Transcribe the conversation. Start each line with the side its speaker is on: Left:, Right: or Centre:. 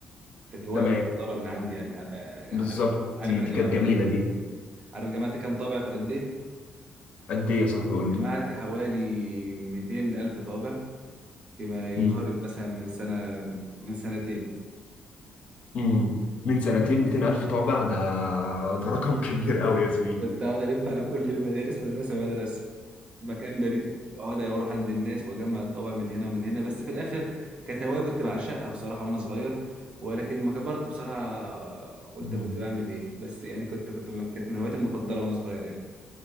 Right: كانت هوايه
Left: تمام
Right: مفضله من عندي يعني آه،
Left: بالظبط
Right: آه، عارف عارف
Left: دي
Right: انا
Left: دي
Right: جمعت
Left: كانت جميلة
Right: كام
Left: دي
Right: عارف جمعت كام طابع في قد ايه
Left: قد ايه يا صاحبي قول
Right: جمعت
Left: لي
Right: حوالي 200 الف طابع فيما يقارب
Left: امم
Right: مثلا من سنه من سنتين
Left: امم من سنتين 200 ألف طابع ده ده رقم <laughs> كبير قوي يا زميلي
Right: كنت اقعد الف على كل المدارس مدرسه مدرسه مكان بريد مكان اقعد اروح عند الناس واجمع الطوابع من هنا ومن هنا بس في الاخر كانت هوايه كنت بعشقها بصراحه وانا صغير ولكن ما كبرت بصراحه قلت
Left: امم
Right: كنت بعمل ايه بس يعني كنت كنت كانت من هواياتي المفضله وانا صغير يعني